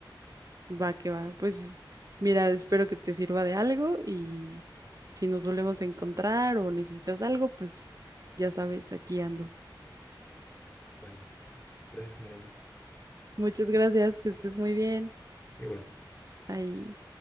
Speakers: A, on the right; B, on the left.
A: Va que va. Pues mira, espero que te sirva de algo y si nos volvemos a encontrar o necesitas algo, pues ya sabes, aquí ando.
B: Vale. Gracias, Mariana.
A: Muchas gracias, que estés muy bien.
B: Igual.
A: Ahí.